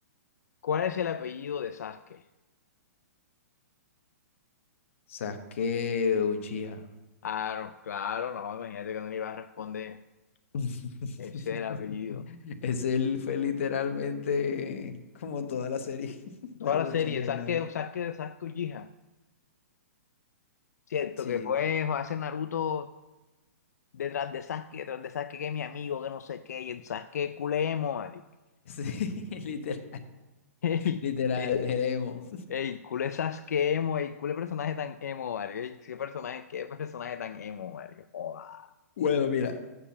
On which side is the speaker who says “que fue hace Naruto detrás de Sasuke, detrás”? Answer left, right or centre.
Left